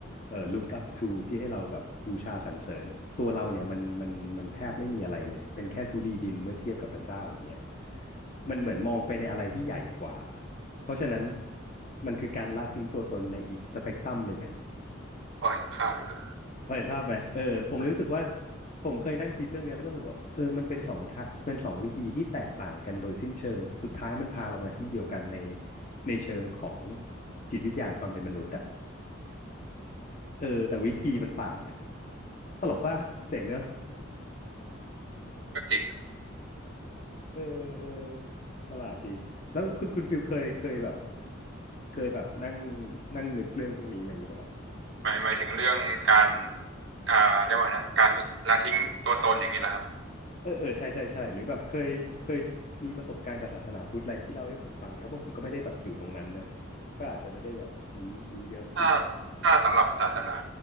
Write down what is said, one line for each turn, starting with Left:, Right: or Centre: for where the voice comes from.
Left: เอ่อ look up to ที่ให้เราแบบบูชาสรรเสริญตัวเราเนี่ยมันมันมันแทบไม่มีอะไรเลยเป็นแค่ธุลีดินเมื่อเทียบกับพระเจ้าอย่างเงี้ยมันเหมือนมองไปในอะไรที่ใหญ่กว่าเพราะฉะนั้นมันคือการละทิ้งตัวตนในอีกสเปกตรัมหนึ่งอ่ะ
Right: พอเห็นภาพอยู่ครับ
Left: พอเห็นภาพไหมเออผมเลยรู้สึกว่าผมเคยนั่งคิดเรื่องเนี้ยแล้วก็รู้สึกแบบเออมันเป็นสองทะเป็นสองวิธีที่แตกต่างกันโดยสิ้นเชิงแต่สุดท้ายมันพาเรามาที่เดียวกันในในเชิงของจิตวิทยาของความเป็นมนุษย์อะ เออแต่วิธีมันต่างอ่ะตลกว่าเจ๋งเนอะ
Right: ก็จริง
Left: เออเออประหลาดดีแล้วคุณคุณฟิลเคยเคยแบบเคยแบบนั่งนั่งนึกเรื่องพวกนี้อะไรอย่างงี้ป่ะครับ
Right: หมายหมายถึงเรื่องการอ่าเรียกว่าไงนะการละทิ้งตัวตนอย่างนี้แหละครับ
Left: เออเออใช่ใช่ใช่หรือแบบเคยเคยมีประสบการณ์กับศาสนาพุทธอะไรที่เล่าให้ผมฟังเนี่ยเพราะผมก็ไม่ได้แบบอยู่ตรงนั้นเนอะก็อาจจะไม่ได้แบบรู้รู้เยอะจริงขนาดนั้นเลย
Right: ถ้าถ้าสำหรับศาสนา